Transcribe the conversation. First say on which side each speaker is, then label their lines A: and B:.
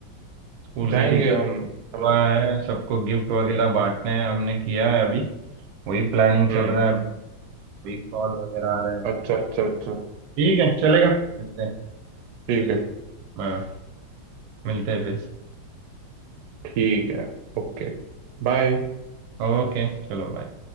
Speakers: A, on the right; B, on the right.
A: स्कूल
B: जाएंगे
A: के टीचर
B: हम मतलब
A: हुआ है सबको गिफ्ट वगैरह बांटने हैं हमने किया है अभी वही प्लानिंग
B: हम्म
A: चल रहा है
B: हम्म
A: अभी कॉल वगैरह आ रहा है
B: अच्छा अच्छा अच्छा
A: ठीक है चलेगा मिलते हैं
B: ठीक
A: चलिए
B: है
A: बाय बाय मिलते हैं फिर
B: ठीक है ओके बाय
A: ओके चलो बाय